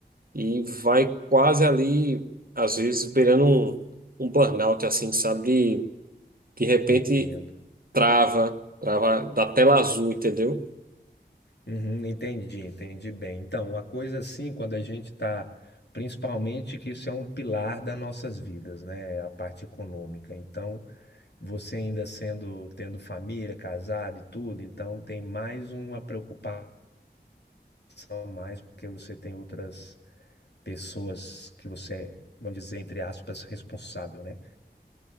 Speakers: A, on the right (about 55°); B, on the left (about 75°).
A: e vai quase ali, às vezes, beirando um, um burnout, assim, sabe? De, de repente
B: entendo.
A: trava, trava da tela azul, entendeu?
B: Uhum, entendi, entendi bem. Então, uma coisa assim, quando a gente está, principalmente que isso é um pilar das nossas vidas, né? A parte econômica. Então, você ainda sendo, tendo família, casado e tudo, então tem mais uma preocupação a mais, porque você tem outras pessoas que você é, vamos dizer, entre aspas, responsável, né?